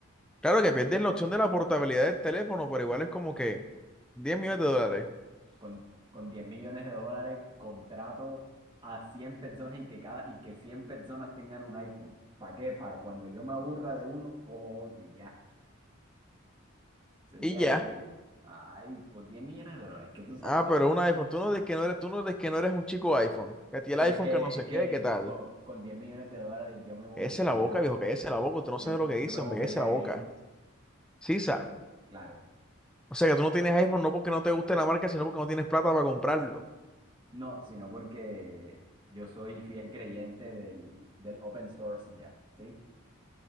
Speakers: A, in the centre; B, on the right (about 20°).
A: Claro que pierdes la opción de la portabilidad del teléfono, pero igual es como que 10 millones de dólares.
B: con, con 10 millones de dólares contrato a 100 personas y que, cada, y que 100 personas tengan un iPhone. ¿Para qué? Para cuando yo me aburra de uno, cojo otro y ya. Sería
A: Y ya.
B: ahí, pero... Ay, por 10 millones de dólares, que tú sabes
A: Ah,
B: cuánto...
A: pero un iPhone. Tú no dices que no eres, tú no dices que no eres un chico iPhone. Que a ti el
B: Pero
A: iPhone
B: es que,
A: que no sé
B: es
A: qué,
B: que
A: qué tal.
B: con, con 10 millones de dólares yo me volvería,
A: Ese la boca, viejo, que ese la boca. Tú no
B: yo,
A: sabes lo que dice,
B: yo me volvería
A: hombre, que ese la boca.
B: gringo,
A: Sisa.
B: claro.
A: O sea que tú no tienes iPhone no porque no te guste la marca, sino porque no tienes plata para comprarlo.
B: No, sino porque yo soy fiel creyente del, del open source ya, ¿sí?